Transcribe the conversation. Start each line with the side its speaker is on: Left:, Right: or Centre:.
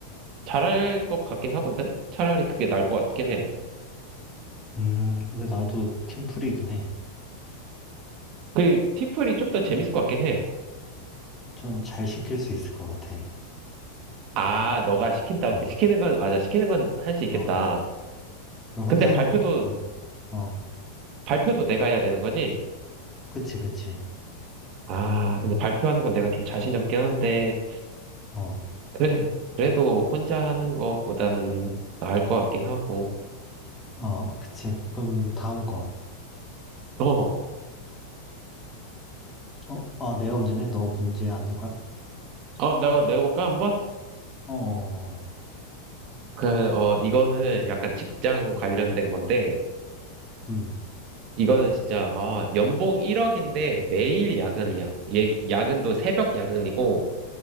Right: 잘할 것 같긴 하거든? 차라리 그게 나을 것 같긴 해.
Left: 음, 근데 나도 팀플이긴 해.
Right: 그 팀플이 좀 더 재밌을 것 같긴 해.
Left: 좀 잘 시킬 수 있을 것 같아.
Right: 아, 너가 시킨다,
Left: <laughs>
Right: 시키는 건, 맞아, 시키는 건 할 수 있겠다.
Left: 어, 어. 혼자
Right: 근데
Left: 하는
Right: 발표도,
Left: 것보다는, 어,
Right: 발표도 내가 해야 되는 거지?
Left: 그치, 그치.
Right: 아, 근데 발표하는 건 내가 좀 자신이 없긴 한데,
Left: 어,
Right: 그래, 그래도 혼자 하는 것보다는 나을 것 같긴 하고.
Left: 어, 그치. 그럼 다음 거.
Right: 어,
Left: 어, 어, 내가 문제 내? 너 문제 안 낼 거야?
Right: 어, 내가 내볼까, 한번?
Left: 어, 어, 어.
Right: 그, 어, 이거는 약간 직장 관련된 건데,
Left: 음,
Right: 이거는 진짜, 아, 연봉 1억인데 매일 야근이야. 얘기- 야근도 새벽 야근이고,